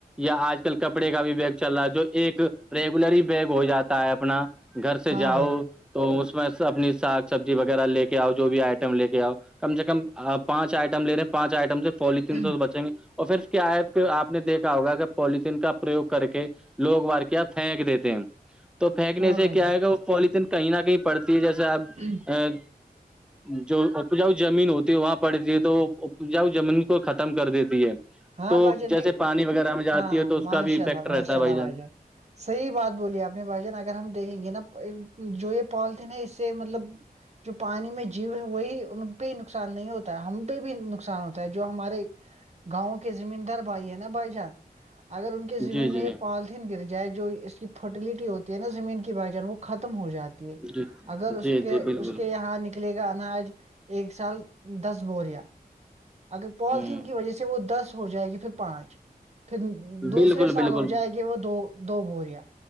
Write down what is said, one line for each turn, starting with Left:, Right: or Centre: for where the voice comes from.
Centre: یا آج کل کپڑے کا بھی بیگ چل رہا جو ایک ریگولری بیگ ہو جاتا ہے اپنا گھر سے
Right: ہاں
Centre: جاؤ
Right: بھائی
Centre: تو اس میں اپنی ساخ سبزی وغیرہ لے کے آؤ جو بھی آئٹم لے کے آؤ کم سے کم پانچ آئٹم لے رہے ہیں پانچ آئٹم سے پولیتھیین
Right: جان
Centre: سے بچیں گے اور پھر کیا ہے کہ آپ نے دیکھا ہوگا کہ پولیتھیین کا پرریوگ کر کے لوگ مار کے آپ پھینک دیتے ہیں تو پھینکنے
Right: ہاں
Centre: سے
Right: بھائی
Centre: کیا ہے گا وہ پولیتھیین کہیں نہ کہیں پڑتی ہے جیسے آپ
Right: جان
Centre: ا جو اپجاؤ زمین ہوتی ہے وہاں پڑتی ہے تو وہ اپجاؤ زمین کو ختم کر دیتی ہے
Right: ہاں
Centre: تو
Right: بھائی جان
Centre: جیسے
Right: دیک
Centre: پانی وغیرہ میں جاتی
Right: ہاں
Centre: ہے تو اس
Right: ماشاء
Centre: کا بھی افیکٹ
Right: اللہ
Centre: رہتا
Right: ماشاء
Centre: ہے بھائی
Right: اللہ
Centre: جان
Right: صحیح بات بولی آپ نے بھائی جان اگر ہم دیکھیں گے نا جو یہ پالتن ہے اس سے مطلب جو پانی میں جیو ہے وہی ان پہ نقصان نہیں ہوتا ہے ہم پہ بھی نقصان ہوتا ہے جو ہمارے گاؤں کے زمین دار بھائی ہے نا بھائی جان اگر ان کے زمین
Centre: جی جی
Right: میں یہ پال گر جائے جو اس کی فرٹیلٹی ہوتی ہے نا زمین کی بائی جان وہ ختم ہو جاتی
Centre: جی
Right: اگر اس
Centre: جی
Right: کے
Centre: جی بالکل
Right: اس کے یہاں نک کلے گا اناج ایک سال دس بوریا اگر پالتھین
Centre: ہ
Right: کی وجہ سے وہ دس ہو جائے گی پھر پانچ پھر دوسرے
Centre: بالکل
Right: سال
Centre: بالکل
Right: ہو جائے کہ وہ دو دو بوریا